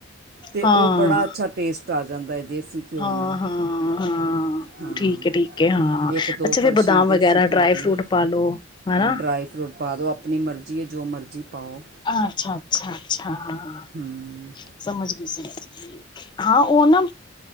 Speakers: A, on the right; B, on the left.
A: ਤੇ
B: ਹਾਂ
A: ਉਹ ਬੜਾ ਅੱਛਾ ਟੇਸਟ ਆ ਜਾਂਦਾ ਦੇਸੀ ਘਿਓ
B: ਹਾਂ
A: ਨਾਲ
B: ਹਾਂ, ਹਾਂ
A: ਹਾਂ,
B: ਠੀਕ ਹੈ ਠੀਕ ਹੈ ਹਾਂ
A: ਇੱਕ ਦੋ
B: ਅੱਛਾ ਫਿਰ
A: ਕੜਛੀਆਂ
B: ਬਦਾਮ
A: ਦੇਸੀ
B: ਵਗੈਰਾ ਡਰਾਈ
A: ਘਿਓ ਦੀਆਂ,
B: ਫਰੂਟ ਪਾ ਲੋ ਹਨਾ
A: ਡਰਾਈ ਫਰੂਟ ਪਾ ਦੋ। ਆਪਣੀ ਮਰਜ਼ੀ ਜੀ ਜੋ ਮਰਜ਼ੀ ਪਾਓ
B: ਅੱਛਾ ਅੱਛਾ ਅੱਛਾ- ਹਾਂ
A: ਹੂੰ
B: -ਸਮਝ ਹਾਂ ਉਹ ਨਾ